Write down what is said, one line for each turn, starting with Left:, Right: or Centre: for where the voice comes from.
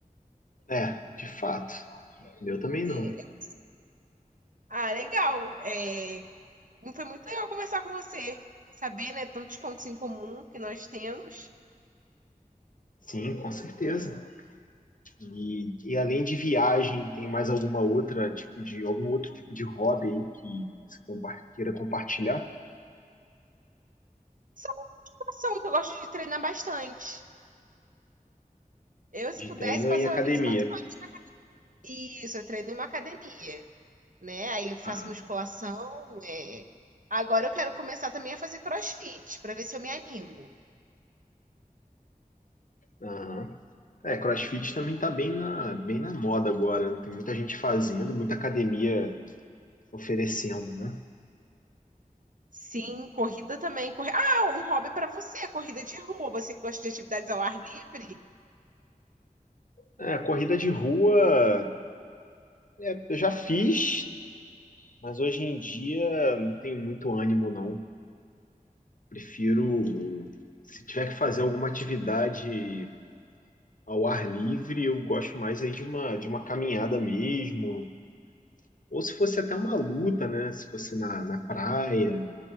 Left: É, de fato. eu também
Right: É,
Left: não.
Right: é um, Ah, legal. É, Foi muito legal conversar com você, saber, né, tantos pontos em comum que nós temos.
Left: Sim, com certeza. E, e além de viagem, tem mais alguma outra tipo de algum outro tipo de hobby aí que você compa- queira compartilhar?
Right: Só natação, que eu gosto de treinar bastante. Eu, se
Left: De
Right: pudesse,
Left: treino
Right: passava
Left: em academia.
Right: 24 horas. Isso, eu treino em uma academia, né? Aí eu faço
Left: Ah,
Right: musculação, é, Agora eu quero começar também a fazer crossfit, para ver se eu me animo.
Left: aham. É, CrossFit também tá bem na, bem na moda agora. né? Tem muita gente fazendo, muita academia oferecendo, né?
Right: Sim, corrida também. Corri... Ah, um hobby para você, corrida de rua. Você que gosta de atividades ao ar livre?
Left: É, corrida de rua, é, eu já fiz, mas hoje em dia não tenho muito ânimo, não. Prefiro, se tiver que fazer alguma atividade ao ar livre, eu gosto mais aí de uma, de uma caminhada mesmo, ou se fosse até uma luta, né? Se fosse na, na praia,